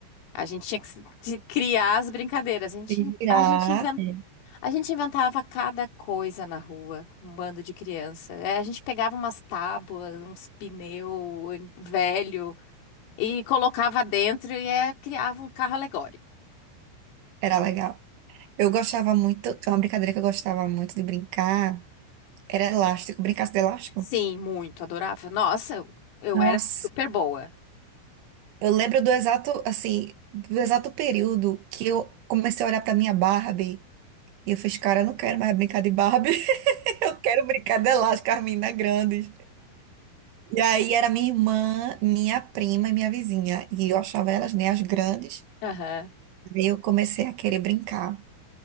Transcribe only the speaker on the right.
Se virar,
é,
era legal. Eu gostava muito, é uma brincadeira que eu gostava muito de brincar era elástico. Brincasse de elástico?
Nossa,
eu lembro do exato, assim, do exato período que eu comecei a olhar pra minha Barbie e eu fiz, cara, eu não quero mais brincar de Barbie. <laughs> Eu quero brincar de elástico, as meninas grandes. E aí era minha irmã, minha prima e minha vizinha. E eu achava elas, né, as grandes.
Aí eu comecei a querer brincar.